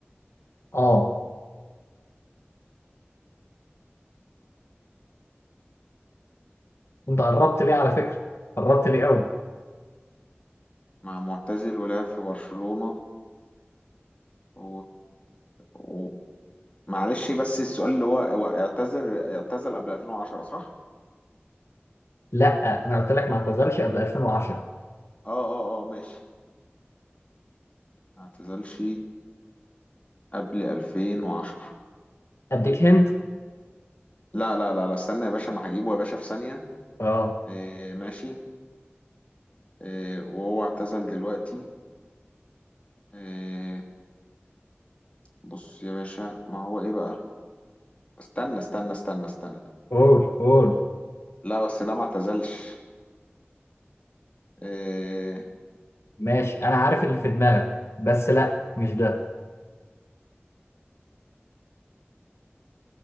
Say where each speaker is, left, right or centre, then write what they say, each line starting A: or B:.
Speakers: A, on the left; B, on the left.
A: اه انت قربت ليه على فكرة قربت ليه قوي
B: مع معتزل ولعب في برشلونة و... و... معلش بس السؤال اللي هو هو اعتذر اعتزل قبل 2010 صح؟
A: لا انا قلت لك ما اعتزلش قبل 2010
B: اه اه اه ماشي ما اعتزلش قبل 2010
A: اديك هند
B: لا لا لا لا استنى يا باشا انا هجيبه يا باشا في ثانية
A: اه
B: إيه ماشي إيه وهو اعتزل دلوقتي إيه بص يا باشا ما هو ايه بقى استنى استنى استنى استنى
A: قول قول
B: لا بس ده ما اعتزلش إيه
A: ماشي انا عارف اللي في دماغك بس لا مش ده